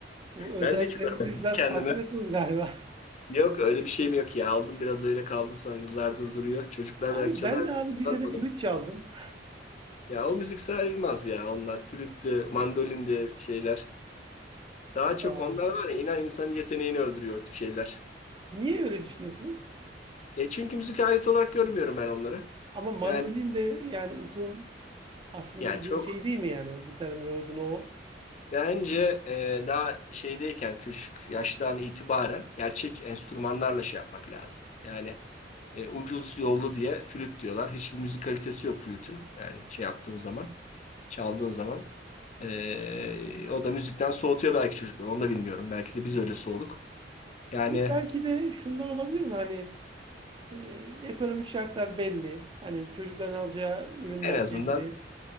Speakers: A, on the right; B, on the left.
A: bu özelliklerinizi
B: Ben de çok
A: biraz
B: kendime.
A: saklıyorsunuz galiba.
B: Yok öyle bir şeyim yok ya. Aldım biraz öyle kaldı sonra yıllardır duruyor. Çocuklar
A: <laughs> Abi
B: belki çalar
A: ben de abi
B: diye
A: lisede
B: uzatmadım.
A: flüt çaldım.
B: Ya o müzik sayılmaz ya. Onlar flüttü, mandolindi şeyler. Daha
A: Aa.
B: çok onlar var ya inan insanın yeteneğini öldürüyor o tip şeyler.
A: Niye öyle düşünüyorsunuz?
B: E çünkü müzik aleti olarak görmüyorum ben onları.
A: Ama mandolin
B: Yani
A: de yani utun aslında
B: yani
A: bu
B: çok
A: şey değil mi yani o gitarın ve odun o.
B: Bence e, daha şeydeyken küçük yaştan itibaren gerçek enstrümanlarla şey yapmak lazım. Yani e, ucuz yollu diye flüt diyorlar. Hiçbir müzik kalitesi yok flütün. Yani şey yaptığın zaman, çaldığın zaman. E, o da müzikten soğutuyor belki çocukları. Onu da bilmiyorum. Belki de biz öyle soğuduk. Yani
A: Ama belki de şundan olabilir mi hani e, ekonomik şartlar belli. Hani çocukların alacağı ürünler
B: en azından
A: belli.